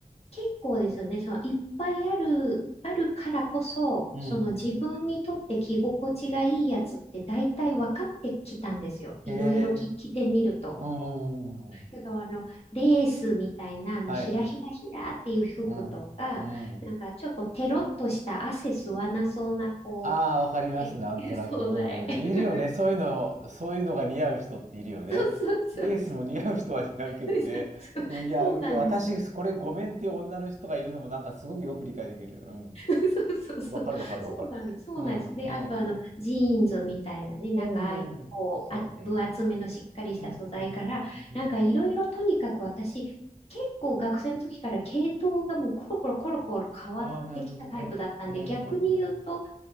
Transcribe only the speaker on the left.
結構ですよね。そのいっぱいある、あるからこそ、
その自分にとって着心地がいいやつって大体分かってきたんですよ。いろいろき着てみると。
だからあの、レースみたいな、あの、
ひらひらひらっていう服とか、
なんかちょっとテロッとした汗吸わなそうな、こ
う、ね、
<laughs> 惣菜。
<laughs>
そうそうそうそう。
<laughs>
そうなんですよ。
<laughs> そうそうそう。
そうなんですそうなんです。
で、
あとあの、ジーンズみたいなね、なんかああいうこう、
あ、分厚めのしっかりした素材から、
なんかいろいろとにかく私、結構学生の時から系統がもうコロコロコロコロ変わってきたタイプだったんで、
逆に言うと、